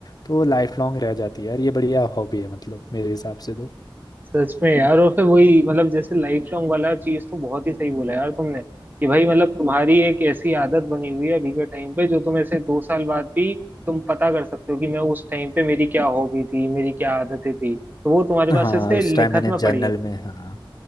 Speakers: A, on the left; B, on the right.
A: तो लाइफ लॉन्ग रह जाती है यार ये बढ़िया हॉबी है मतलब मेरे हिसाब से तो
B: सच में यार और फिर वही मतलब जैसे लाइट सॉन्ग वाला चीज तो बहुत ही सही बोला यार तुमने कि भाई मतलब तुम्हारी एक ऐसी आदत बनी हुई है अभी के टाइम पे जो तुम ऐसे दो साल बाद भी तुम पता कर सकते हो कि मैं उस टाइम पे मेरी क्या हॉबी थी मेरी क्या आदतें थी तो वो तुम्हारे
A: हाँ
B: पास ऐसे
A: उस
B: लिखत
A: टाइम मैंने
B: में
A: जर्नल
B: पड़ी है
A: में हाँ